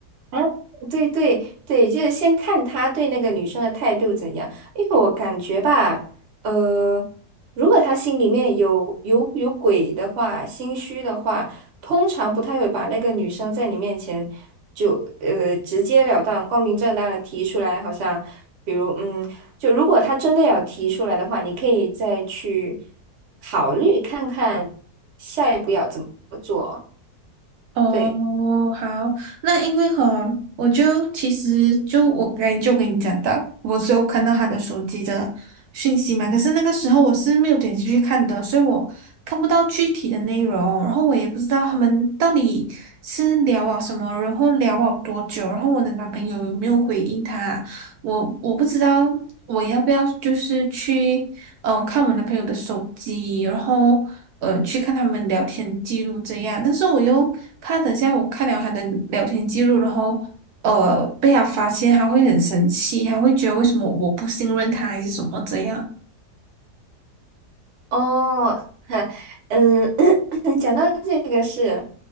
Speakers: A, on the right; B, on the right.
A: 啊，对对对，就是先看他对那个女生的态度怎样，因为我感觉吧，呃，如果他心里面有有有鬼的话，心虚的话，通常不太会把那个女生在你面前就呃直截了当、光明正大的提出来，好像比如嗯，就如果他真的要提出来的话，你可以再去考虑看看下一步要怎么做，
B: 哦，
A: 对。
B: 好，那因为哈，我就其实就我刚才就跟你讲到，我是有看到他的手机的讯息嘛，可是那个时候我是没有点进去看的，所以我看不到具体的内容，然后我也不知道他们到底是聊了什么，然后聊了多久，然后我的男朋友有没有回应他，我我不知道我要不要就是去。嗯，看我男朋友的手机，然后嗯，去看他们聊天记录这样。但是我又怕等下我看了他的聊天记录，然后呃被他发现，他会很生气，他会觉得为什么我不信任他还是什么这样。
A: 哦，<laughs> 嗯，<coughs> 讲到这个事，